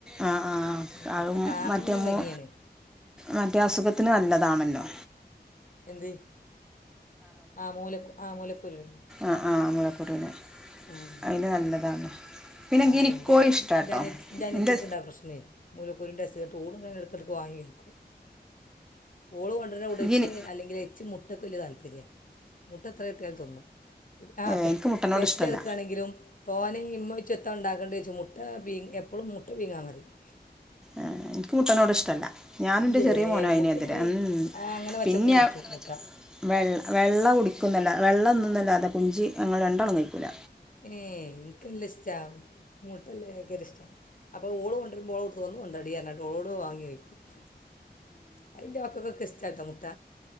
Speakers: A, in the centre; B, on the left.
A: ആ ആ
B: അയിറ്റള
A: അത്
B: കാണാൻങ്ങനെ
A: മറ്റേ മോ
B: ഭംഗിയെണ്
A: മറ്റേ അസുഖത്തിനു നല്ലതാണല്ലോ
B: എന്ത് ആമൂലകു ആമൂലക്കുരു
A: ആഹ് ആഹ് മൂലക്കുരുന്
B: ആഹ്
A: അയിന് നല്ലതാണ്
B: ആ
A: ഗിനിക്കോഴി
B: ൻ്റെ
A: ഇഷ്ടാട്ടോ
B: ന്റനിയത്തി ന്റനിയത്തിക്ക്
A: എൻ്റെ
B: ണ്ടാ പ്രശ്നേ മൂലക്കുരുൻ്റെ അസുഗട്ട് ഓളുങ്ങനെ എട്ക്ക് വാങ്ങി കഴിക്കും. ഓള് കൊണ്ടര്ന എവ്ടെ
A: ഗിനി
B: ച്ച് അല്ലെങ്കിലെ ച്ച് മു തൊക്കെ ല്ല്യ താല്പര്യ മുട്ട എത്ര കിട്ടിയാലും തിന്നും ആ പെ
A: എനിക്ക് മുട്ടനോട്
B: പെറ്റ്
A: ഇഷ്ടമല്ല
B: കെടക്ക്കാണെങ്കിലും തോനയിമ്മു ഉണ്ടാക്കേണ്ടിവെച്ചു മുട്ട എപ്പോളും മുട്ട <unintelligible>
A: ആഹ് എനിക്ക് മുട്ടനോട് ഇഷ്ടല്ല ഞാനുന്റെ
B: ഇല്ലേ
A: ചെറിയ മോനുഅയിനെതിരാ
B: മുട്ട ഞാൻ
A: ഉം
B: ആ, അങ്ങനെ വച്ചക്കും
A: പിന്യാ
B: കുടിച്ചു മുട്ട
A: വെള്ള വെള്ള കുടിക്കുന്നല്ലാത് വെള്ളതിന്നുംന്നല്ലാതെ കുഞ്ചി ഞങ്ങൾ രണ്ടാളും കയിക്കൂല്ല
B: ഏഹ് എനിക്കെല്ലിഷ്ട മുട്ടല്ലാം ഭയങ്കര ഇഷ്ട അപ്പൊ ഓള് കൊണ്ടരുമ്പോ ഓള് <unintelligible> കൊണ്ടടിയാനായിട്ട് ഓളോട് വാങ്ങി വയ്ക്കും <unintelligible> മക്കക്കൊക്കെ ഇഷ്ട ട്ടോ മുട്ട